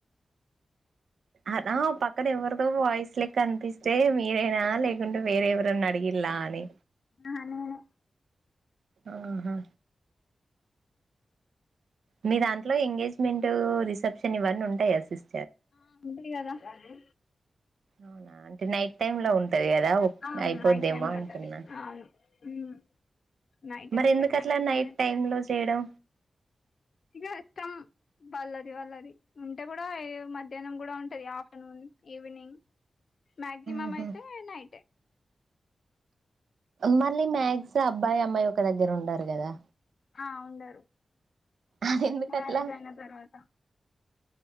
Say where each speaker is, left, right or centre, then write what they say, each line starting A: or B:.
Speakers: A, on the right; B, on the left.
A: అద పక్కనా ఎవరిదో వయిస లెక్క అనిపిస్ అే మీరేనా లేకుంటే వేరేవరైనా అడిగి ఇలాని
B: ఆహా నేనే
A: ఆహా మీ దాంట్లో ఎంగేజ్మెంట్ రిసెప్షన్ ఇవన్నీ ఉంటాయా సిస్
B: ఆ ముందులిగాదా కానీ
A: అవునా అంటే నైట్ టైమ్ లో ఉంటే కదా
B: ఆ
A: అయిపోద్దేమో
B: నైట్ టైమ్ లో
A: అనుకున్నా
B: ఉంటది అవును ఉమ్ నైటే
A: మరి
B: ఉంటాయి
A: ఎందుకుట్లా
B: మాక్సిమం
A: నైట్ టై లో చేయడం
B: ఇక ఇష్టం వాళ్ళది వాళ్ళది ఉంటే కూడా మధ్యాహ్నం కూడా ఉంటది ఆఫ్టర్నూన్ ఈవినింగ్ మ్యాగ్జీ మమ్
A: ఉహు
B: అయితే నైట్ే
A: మళ్ళీ మ్యాగ్స్ అబ్బాయి అమ్మాయి ఒక దగ్గర ఉండారు కదా
B: ఆ ఉండరు
A: అది ఎందుకు
B: మ్యారేజ్
A: అట్లా
B: ఆయన తరువాత